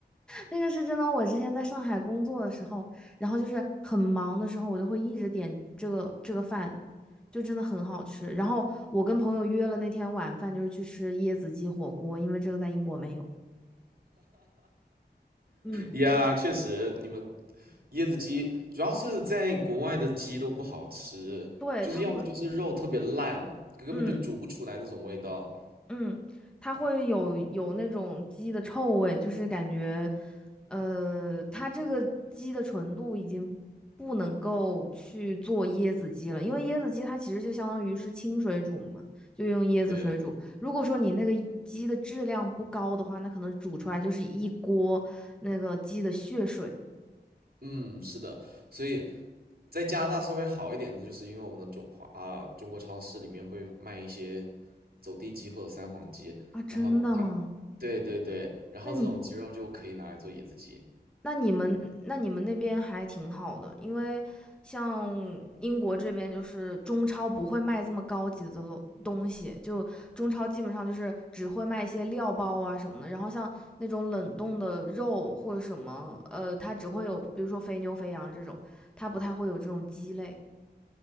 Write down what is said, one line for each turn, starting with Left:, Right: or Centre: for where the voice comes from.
Centre: 那个是真的。我之前在上海工作的时候，然后就是很忙的时候，我就会一直点这个这个饭，就真的很好吃。然后我跟朋友约了那天晚饭，就是去吃椰子鸡火锅，因为这个在英国没有。嗯，
Right: 呀，确实，你们椰子鸡主要是在国外的鸡都不好吃，
Centre: 对，
Right: 就是要么就是肉特别烂，
Centre: 他会，
Right: 根本就煮不出来那种味道。
Centre: 嗯，嗯，它会有有那种鸡的臭味，就是感觉，呃，它这个鸡的纯度已经不能够去做椰子鸡了，因为椰子鸡它其实就相当于是清水煮嘛，就用椰子水煮。
Right: 对。
Centre: 如果说你那个鸡的质量不高的话，那可能煮出来就是一锅那个鸡的血水
Right: 嗯，是的，所以在加拿大稍微好一点的，就是因为我们的中华啊中国超市里面会卖一些走地鸡或者三黄鸡，
Centre: 啊！真的吗？
Right: 然后它，对对对，然后这种鸡肉就可以拿来做椰子鸡。
Centre: 那你那你们那你们那边还挺好的，因为像英国这边就是中超不会卖这么高级的东东西，就中超基本上就是只会卖一些料包啊什么的，然后像那种冷冻的肉或者什么，呃，它只会有比如说肥牛、肥羊这种，它不太会有这种鸡肋。